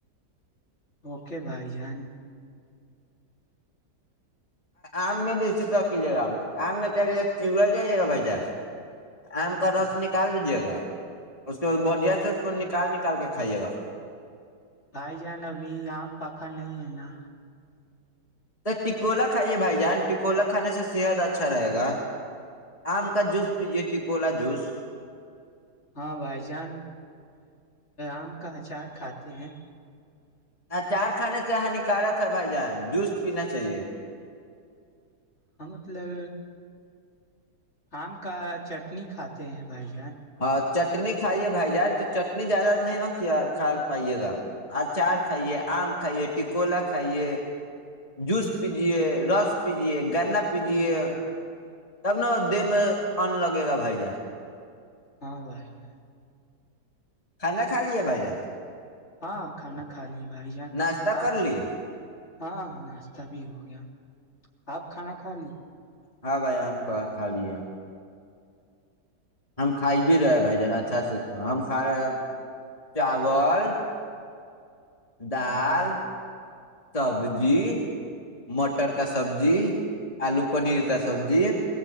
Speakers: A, on the left; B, on the left.
A: اوکے بھائی جان
B: آم میں بیسی تور کی جائے گا آم آام میں کیا کہ چڑا جائیے گا بھائی جان آم کا رس
A: ہاں
B: نکال لیجے گا اس کے بڈیا سے اس کو نکال نکال کے کھائیے گا
A: بھائی جان ابھی آم پکا نہیں ہے نا
B: تو ٹکولا کھائیے بھائی جان ٹکولا کھانے سے صحت اچھا رہے گا آم کا جوس پیجیے یکوا جوس
A: ہاں بھائی جان آم کا اچار کھاتے ہیں
B: ہ چار کھانے سے ہانیکارک ہے بھائی جان جوس پینا چاہیے
A: ہم مطلب آم کا چٹنی کھاتے ہیں بائی جان
B: ہاں چٹنی کھائیے بھائی جان تو چٹنی زیادہ نہیں ن ک کھا پائیے گا اچار کھائیے آم کھائیے ٹکولا کھائیے جوس پیجے رس پیجے گنا پیجے تب ن دہ میں ان لگے گا بھائی جان
A: ہاں بھائیائے
B: کھانا خالی ہے بائی جا
A: ہاں کھانا کھا لیے بھائی جان
B: ناشتہ
A: آپ
B: کر لیے
A: ہاں ناشتہ بھی ہو گیا آپ کھانا کھا لی
B: ہاں بھائی ہم خاالی ہے ہم ہم کھائی بھی رہے بھائی جان اچھا اچھا ا ہم کھا رہے ہیں چاول دال
A: ہاں
B: سبزی مٹر کا سبزی آلو پنیر کا سبزی